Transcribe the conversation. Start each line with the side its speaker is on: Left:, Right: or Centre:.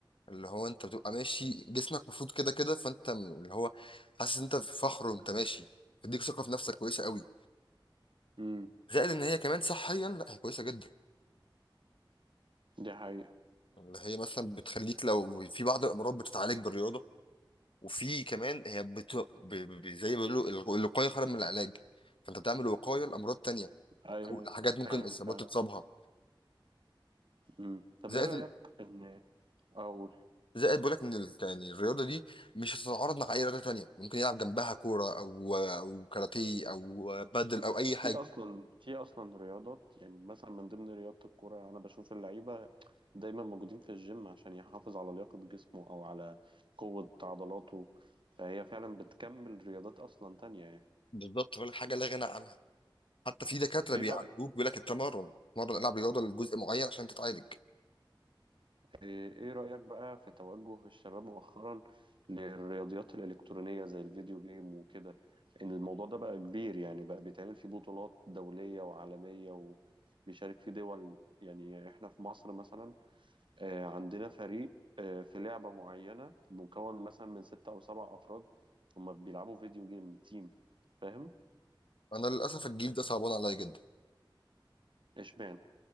Left: اللي هو انت بتبقى ماشي جسمك مفروض كده كده فانت م- اللي هو حاسس ان انت في فخر وانت ماشي بتديك ثقه في نفسك كويسه قوي
Right: امم
Left: زائد ان هي كمان صحيا لا هي كويسه جدا
Right: دي حقيقة
Left: اللي هي مثلا بتخليك لو في بعض الامراض بتتعالج بالرياضه وفي كمان هي بت... ب... ب... زي ما بيقولوا الغ- الوقايه خير من العلاج فانت بتعمل وقايه لامراض تانية
Right: ايوه
Left: او لحاجات ممكن
Right: فعلا
Left: اصابات
Right: فعلا
Left: تتصابها
Right: مم. طب
Left: زائد
Right: ايه رأيك
Left: ال-
Right: ان اقول
Left: زائد بقول لك ان ال... يعني الرياضه دي مش هتتعارض مع اي رياضه تانية ممكن يلعب جنبها كوره او او كاراتيه او بادل او اي حاجه
Right: في اصلا في اصلا رياضات يعني مثلا من ضمن رياضة الكورة انا بشوف اللعيبة دايما موجودين في الجيم عشان يحافظ على لياقة جسمه او على قوة عضلاته فهي فعلا بتكمل رياضات اصلا تانية يعني
Left: بالظبط بقول لك حاجه لا غنى عنها حتى في دكاتره
Right: ايه
Left: بيعالجوك
Right: رأيك
Left: بيقول لك التمرن اتمرن العب رياضه لجزء معين عشان تتعالج
Right: إيه إيه رأيك بقى في توجه الشباب مؤخرا للرياضيات الإلكترونية زي الفيديو جيم وكده إن الموضوع ده بقى كبير يعني بقى بيتعمل فيه بطولات دولية وعالمية وبيشارك فيه دول يعني إحنا في مصر مثلا آه، عندنا فريق آه، في لعبة معينة مكون مثلا من ستة أو سبع أفراد هما بيلعبوا فيديو جيم تيم فاهم؟
Left: انا للاسف الجيل ده صعبان عليا جدا
Right: فإشبعنا